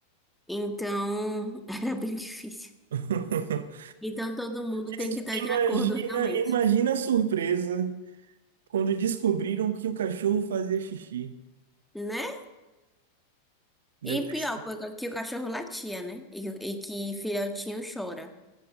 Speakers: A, in the centre; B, on the right.
A: Então, <laughs> era bem difícil.
B: <laughs>
A: Então, todo mundo
B: É
A: tem
B: que
A: que estar de
B: Imagina,
A: acordo, realmente.
B: imagina a surpresa quando descobriram que o cachorro fazia xixi.
A: Né?
B: Depois-
A: E pior, porque que o cachorro latia, né? E, e que filhotinho chora.